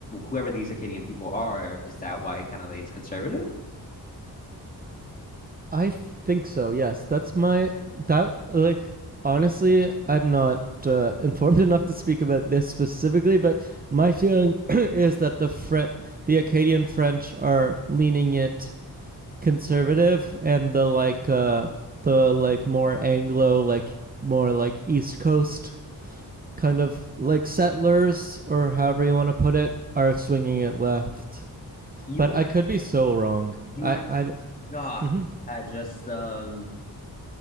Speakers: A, on the left; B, on the right.
A: whoever these Acadian people are, is that why kind of leans conservative?
B: I think so. Yes, that's my that like honestly, I'm not uh, informed <laughs> enough to speak about this specifically, but my feeling <clears throat> is that the Fre- the Acadian French are leaning it conservative and the like uh the like more Anglo like more like East Coast kind of like settlers or however you want to put it are swinging it left.
A: You
B: But I could be so wrong.
A: You
B: I
A: aren't
B: I'm
A: shocked
B: hmm
A: at just um